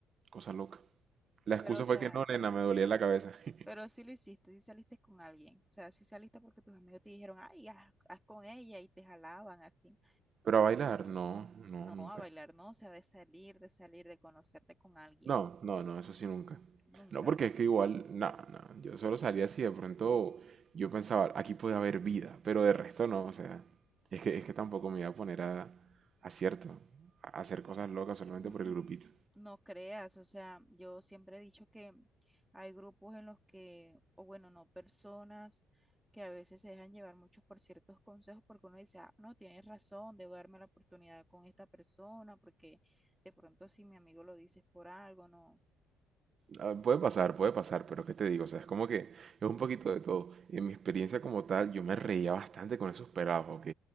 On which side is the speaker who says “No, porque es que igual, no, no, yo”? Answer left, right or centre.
Right